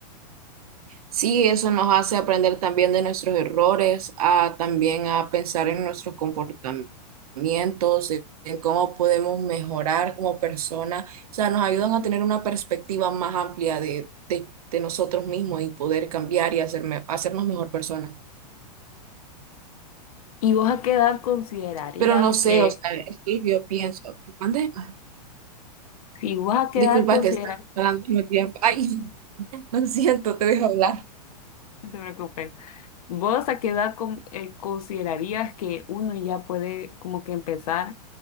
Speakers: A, on the right; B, on the left.
A: Sí, eso nos hace aprender también de nuestros errores, a también a pensar en nuestros comportamientos, en en cómo podemos mejorar como persona. O sea, nos ayudan a tener una perspectiva más amplia de, de, de nosotros mismos y poder cambiar y hacerme, hacernos mejor persona.
B: ¿Y vos a qué edad considerarías
A: Pero no sé,
B: que,
A: o sea, es que yo pienso, ¿mande? Ah,
B: si vos a qué
A: Disculpa
B: edad consideras,
A: que está hablando al mismo tiempo. Ay, <laughs> lo siento, te dejo hablar.
B: no te preocupes, ¿Vos a qué edad con- eh, considerarías que uno ya puede como que empezar